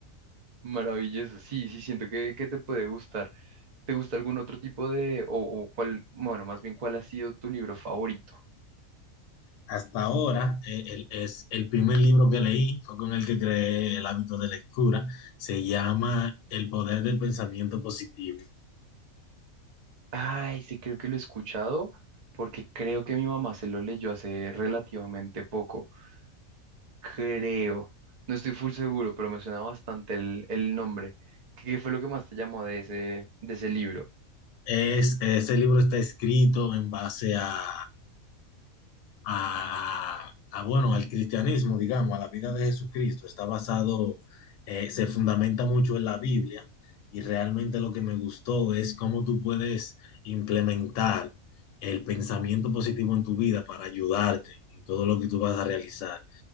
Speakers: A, on the right; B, on the left.
A: Maravilloso, sí, sí, siento que, que te puede gustar. ¿Te gusta algún otro tipo de, o, o cuál, bueno, más bien cuál ha sido tu libro favorito?
B: Hasta ahora, eh, el- es el primer libro que leí, fue con el que creé el hábito de lectura. Se llama El poder del pensamiento positivo.
A: Ay, sí, creo que lo he escuchado porque creo que mi mamá se lo leyó hace relativamente poco. Creo. No estoy full seguro, pero me suena bastante el, el nombre. ¿Qué, qué fue lo que más te llamó de ese, de ese libro?
B: Es, ese libro está escrito en base a a, a, a, bueno, al cristianismo, digamos, a la vida de Jesucristo. Está basado, eh, se fundamenta mucho en la Biblia y realmente lo que me gustó es cómo tú puedes implementar el pensamiento positivo en tu vida para ayudarte en todo lo que tú vas a realizar.